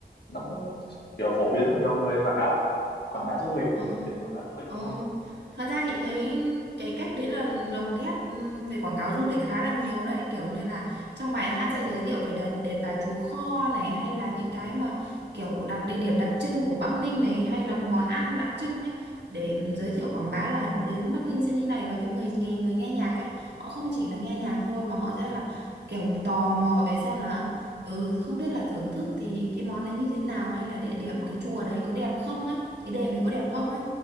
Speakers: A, on the left; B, on the right.
A: nó cũng kiểu phổ biến rất nhiều người quảng cáo quảng bá du lịch ấy,
B: Ờ,
A: tiện quảng bá du lịch
B: ờ.
A: luôn
B: Thật ra chị thấy cái cách đấy là lồng ghép ừm, về quảng cáo du lịch khá là nhiều đấy kiểu như là trong bài hát sẽ giới thiệu về đền, đền Bà Chúa Kho này hay là những cái mà kiểu đặc địa điểm đặc trưng của Bắc Ninh này hay là món ăn đặc trưng ấy để giới thiệu
A: Vâng.
B: quảng bá là đến Bắc Ninh sẽ như thế này và cái người nghe người nghe nhạc ấy họ không chỉ là nghe nhạc thôi mà họ sẽ là kiểu tò mò về xem là ừ không biết là thưởng thức thì cái món đấy như thế nào hay là địa điểm cái chùa đấy có đẹp không ấy cái đèn này có đẹp không ấy